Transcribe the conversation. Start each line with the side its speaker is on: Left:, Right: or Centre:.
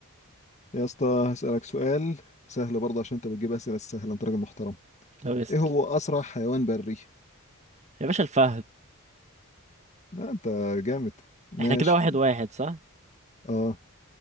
Left: يا اسطى هسألك سؤال سهل برضه عشان انت بتجيب أسئلة سهلة انت راجل محترم
Right: طب اسأل
Left: ايه هو أسرع حيوان بري؟
Right: يا باشا الفهد
Left: آه انت جامد ماشي
Right: احنا كده واحد واحد صح
Left: اه